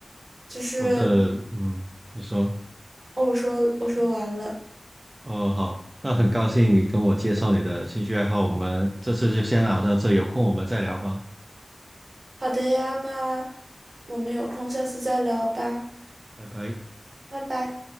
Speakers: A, on the right (about 65°); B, on the right (about 35°).
A: 就是，
B: 我的，嗯，你说，
A: 哦，我说我说完了。
B: 哦，好，那很高兴你跟我介绍你的兴趣爱好，我们这次就先聊到这，有空我们再聊吧，
A: 好的呀，那我们有空下次再聊吧，
B: 拜拜。
A: 拜拜。